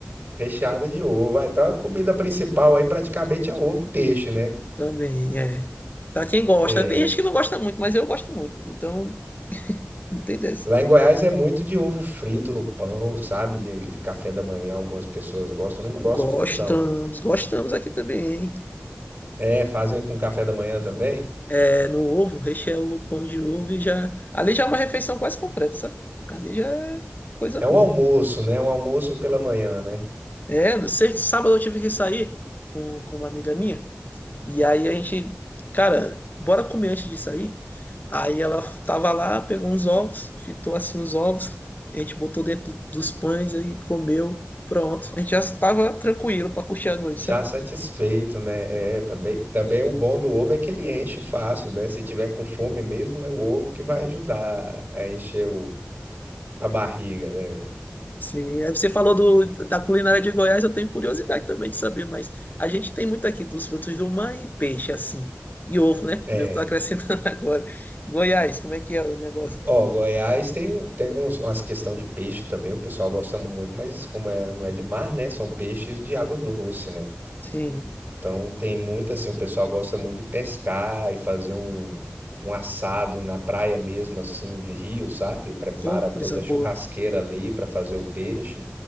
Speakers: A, on the right (about 55°); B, on the left (about 40°).
A: Recheada de ovo. Ah, então a comida principal aí praticamente é ovo e peixe, né?
B: Também, é. Pra quem gosta,
A: É,
B: tem gente que não gosta muito, mas eu gosto muito. Então, não tem dessa.
A: Lá em Goiás é muito de ovo frito no pão, sabe? De, de café da manhã, algumas pessoas gostam. Eu não gosto
B: Gostamos,
A: muito, não.
B: gostamos aqui também, hein?
A: É, fazem com café da manhã também?
B: É, no ovo, recheia o pão de ovo e já. Ali já é uma refeição quase completa, sabe? Ali já é coisa
A: É
B: boa.
A: um almoço, né? Um almoço pela manhã, né?
B: É, no- sexta- sábado eu tive que sair com, com uma amiga minha. E aí a gente, cara, bora comer antes de sair? Aí ela tava lá, pegou uns ovos, fitou assim os ovos, a gente botou dentro dos pães aí, comeu, pronto. A gente já tava tranquilo pra curtir a noite,
A: Já
B: sabe?
A: satisfeito, né? É, também, também o bom do ovo é que ele enche fácil, né? Se tiver com fome mesmo, é o ovo que vai ajudar a encher o- a barriga, né, velho?
B: Sim, aí você falou do, da culinária de Goiás, eu tenho curiosidade também de saber, mas a gente tem muito aqui dos frutos do mar e peixe, assim. E ovo, né?
A: É.
B: Eu tô acrescentando <laughs> agora. Goiás, como é que é o negócio?
A: Ó, Goiás tem, o- tem uns, umas questão de peixe também, o pessoal gosta muito, mas como é, não é de mar, né? São peixes de água doce, né?
B: Sim,
A: Então tem muito assim, o pessoal gosta muito de pescar e fazer um, um assado na praia mesmo, assim, de rio, sabe? Prepara
B: tô coisa
A: toda a
B: boa.
A: churrasqueira ali para fazer o peixe.